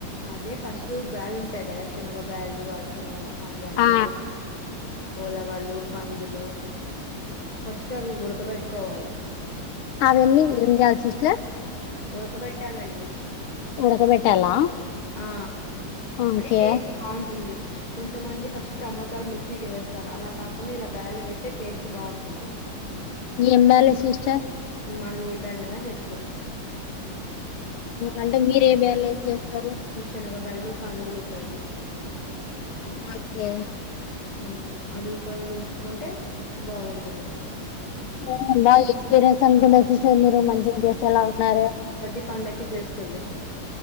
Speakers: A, on the left (about 25°); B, on the left (about 85°).
A: అదే ఫస్ట్ బ్యాల్ ఉంటయి గదా శనగ బ్యాళ్ళు, అలసందల అది అలసందల
B: ఆ
A: ళ్ళు ఉలవలు, కందులు ఫస్ట్ అవి ఉడకబెట్టుకోవాలి
B: అవన్నీ ఏం చేయాలి సిస్టర్
A: ఉడకబెట్టాలండి
B: ఉడకబెట్టాలా
A: ఆ
B: ఓకే
A: అంటే టేస్ట్ బావుంటుంది కొంతమంది ఫస్ట్ టమోటాలు మిక్సీ కేసేస్తారు అలా కాకుండా ఇలా బ్యాడ్లు వేసే టేస్ట్ బావుంటుంది
B: ఏం బ్యాడ్లు సిస్టర్
A: మనం ఏ బ్యాడ్లయినా వేసుకోవచ్చు
B: అంటే మీరే బ్యాడ్లు యూస్ చేస్తరు
A: మ్ శనగ బ్యాడ్లు, కందులు ఉపయోగిస్తాం
B: ఓకే
A: ఉమ్ అది ఉపయోగించుకుంటే బావుంటుంది
B: ఆ బాగ ఎక్స్పీరియన్స్ అనుకుంట సిస్టర్ మీరు మంచిగ చేసేలా ఉన్నారు
A: ప్రతి పండక్కి చేస్తుంది